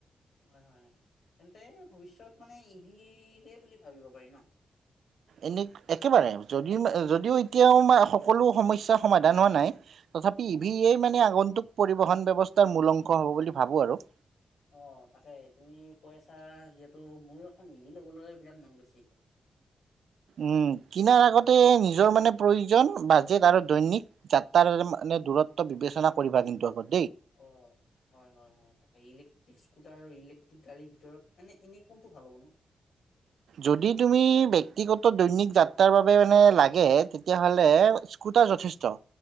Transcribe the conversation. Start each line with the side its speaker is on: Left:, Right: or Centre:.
Left: হয় হয় তেন্তে ভৱিষ্যত মানে ইভিৰে বুলি ভাবিব পাৰি ন?
Right: এনে একেবাৰে যদি যদিও
Left: অ
Right: এতিয়াও। সকলো সমস্যা সমাধান হোৱা নাই। তথাপি
Left: অ
Right: ইভিয়েই মানে আগন্তুক। পৰিবহন ব্যৱস্থাৰ মূল অংশ হ'ব বুলি ভাবো আৰু
Left: অ' তাকে তুমি কৈ আছা যিহেতু মোৰ এখন ইভি লবলৈ বিৰাট মন গৈছে এতিয়া।
Right: উম কিনাৰ আগতে নিজৰ মানে প্ৰয়োজন বাজেট আৰু দৈনিক যাত্ৰাৰ মানে দূৰত্ব বিবেচনা কৰিবা কিন্তু আগতে।
Left: অ' হয় হয় হয় তাকে ইলেক্ট্ৰিক স্কুটাৰ। ট্ৰিক গাড়ীৰ ভিতৰত মানে এনে কোনটো ভাল হ'ব নো
Right: যদি তুমি ব্যয়ক্তিগত দৈনিক যাত্ৰাৰ বাবে মানে লাগে। তেতিয়াহ'লে
Left: হয়
Right: স্কুটাৰ যথেষ্ট।